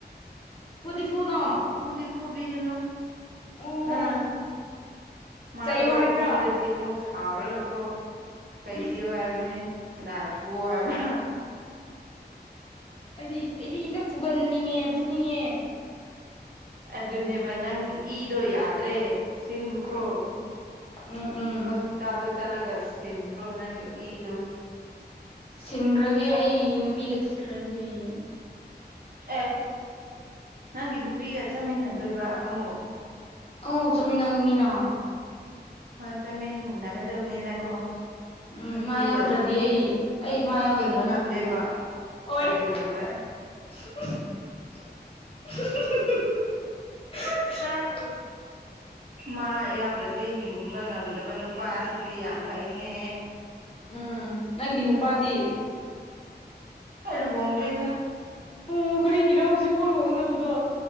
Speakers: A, on the left; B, on the right.
A: ꯐꯗꯤꯐꯨꯅ
B: ꯐꯨꯗꯤ ꯐꯨꯕꯤ ꯀꯅꯣ
A: ꯑꯣ
B: ꯑꯝ ꯃꯥꯗꯣ
A: ꯆꯩꯌꯨ ꯍꯥꯏꯕ꯭ꯔꯥ
B: ꯄꯨꯔꯗꯤ ꯑꯃꯨꯛ ꯍꯥꯎꯔꯒꯀꯣ ꯆꯩꯥꯏꯕꯤꯌꯣ
A: ꯎꯝ
B: ꯍꯥꯏꯕꯅꯤ ꯀꯅꯥꯅ ꯊꯣꯛꯑꯣ ꯍꯥꯏꯕ
A: ꯍꯥꯏꯗꯤ ꯑꯩꯗꯤ ꯍꯦꯛꯇ ꯐꯨꯒꯟꯅꯤꯡꯉꯦ ꯐꯨꯅꯤꯡꯉꯦ
B: ꯑꯗꯨꯅꯦꯕ ꯅꯪ ꯏꯗꯣ ꯌꯥꯗ꯭ꯔꯦ ꯁꯤꯟ ꯀ꯭ꯔꯣ
A: ꯎꯝ ꯎꯝ ꯎꯝ
B: ꯍꯁꯄꯤ ꯆꯥꯗꯣ ꯆꯠꯂꯒ ꯁꯤꯟꯈ꯭ꯔꯣ ꯅꯪꯒꯤ ꯏꯗꯣ
A: ꯁꯤꯟꯈ꯭ꯔꯒꯦ ꯑꯩ ꯅꯨꯄꯤꯒ ꯆꯠꯈ꯭ꯔꯒꯦ ꯍꯌꯦꯡ
B: ꯑꯦ ꯅꯪꯒꯤ ꯅꯨꯄꯤꯒ ꯆꯠꯃꯤꯟꯅꯗꯣꯏꯕ ꯑꯃꯨꯛ
A: ꯑꯧ ꯆꯠꯃꯤꯟꯅꯉꯅꯤꯅꯣ
B: ꯍꯣꯏ ꯇ ꯃ ꯅꯒꯗꯕꯅꯤ ꯅꯀꯣ
A: ꯎꯝ
B: ꯅꯠꯇꯨꯒꯗꯤ
A: ꯃꯥ ꯌꯥꯎꯗ꯭ꯔꯗꯤ ꯑꯩ ꯑꯩ ꯃꯥ ꯌꯥꯎꯗ꯭ꯔꯗꯤ
B: ꯍꯤꯡꯕ ꯉꯝꯗꯦꯕ
A: ꯑꯣꯏ
B: ꯑꯗꯨ ꯑꯗꯨ ꯅꯦꯕ
A: <unintelligible> ꯎꯝ
B: ꯑ ꯃꯥ ꯌꯥꯎꯗ꯭ꯔꯗꯤ ꯍꯤꯡꯕ ꯉꯝꯗꯕ ꯅꯨꯄꯥ ꯑꯁꯤꯗꯤ ꯌꯥꯝ ꯐꯩꯅꯦ
A: ꯎꯝ ꯅꯪꯒꯤ ꯅꯨꯄꯥꯗꯤ
B: ꯑꯦꯂ ꯍꯣꯡꯟ꯭ꯔꯤ ꯏꯗ
A: ꯑꯣ ꯀꯔꯤꯒꯤꯔꯣ ꯍꯧꯖꯤꯛ ꯄꯣ ꯂꯨꯣꯡꯗꯕꯗꯣ